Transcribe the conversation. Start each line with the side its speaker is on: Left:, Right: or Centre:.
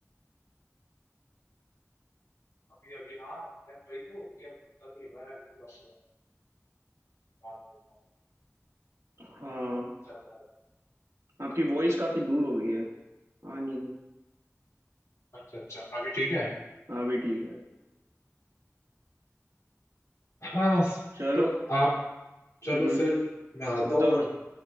Left: अभी अभी हाँ मैं वही तो कि अब पता नहीं हुआ है पूरा शहर काम होगा,
Right: हाँ
Left: चल रहा है
Right: आपकी वॉइस काफी दूर हो गई है आ नहीं रही
Left: अच्छा अच्छा अभी ठीक है
Right: हाँ भी ठीक है
Left: हाँ
Right: चलो
Left: तो आप चलो
Right: हम्म हम्म,
Left: फिर मैं आता
Right: बताओ
Left: हूँ
Right: बत,